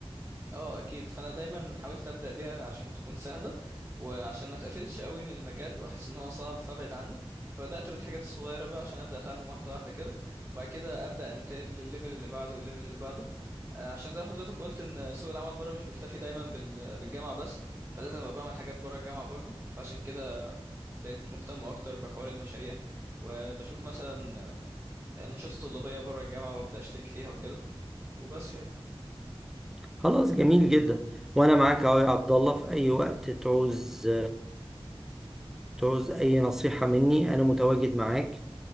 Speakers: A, on the right; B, in the centre.
A: اه اكيد فانا دايما حاولت ابدا بيها عشان تكون سهله وعشان ما تقفلش قوي من المجال واحس ان هو صعب فابعد عنه فبدات بالحاجات الصغيره بقى عشان ابدا اتعلم واحده واحده كده وبعد كده ابدا انتقل للليفل اللي بعده والليفل اللي بعده آه، عشان زي ما حضرتك قلت ان سوق العمل بره مش بيكتفي دايما بال- بالجامعه بس فلازم ابقى بعمل حاجات بره الجامعه برضو فعشان كده بقيت مهتم اكتر بحوار المشاريع وبشوف مثلا آه، انشطه طلابيه بره الجامعه وابدا اشترك فيها وكده وبس يعني
B: خلاص جميل جدا وأنا معاك أهو يا عبد الله في أي وقت تعوز تعوز أي نصيحة مني أنا متواجد معاك